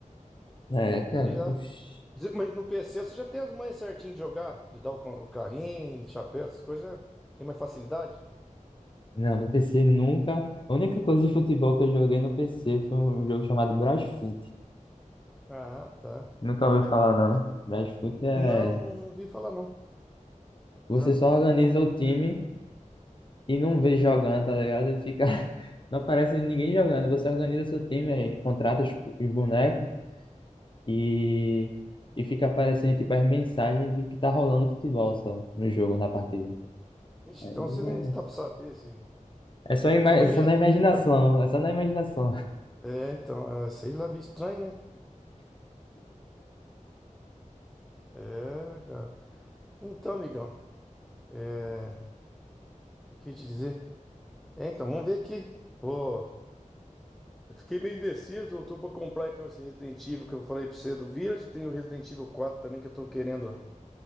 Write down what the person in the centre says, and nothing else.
Sei lá.
Diz- Mas no PC você já tem as manhas certinho de jogar, de dar o, con- o carrinho, chapéu, essas coisas, já tem mais facilidade?
Ah, tá.
Não, não, não vi falar, não.
Draft
Vixe,
então você não dá pra saber se.
É tudo
meio
assinatura.
É, então, é, sei lá, meio estranho, né? É, cara. Então, amigão, é. O que eu ia te dizer? É, então, vamos ver aqui. Pô, eu fiquei meio indeciso. Eu tô pra comprar então esse Resident Evil que eu falei pra você do Village. Tem o Resident Evil 4 também que eu tô querendo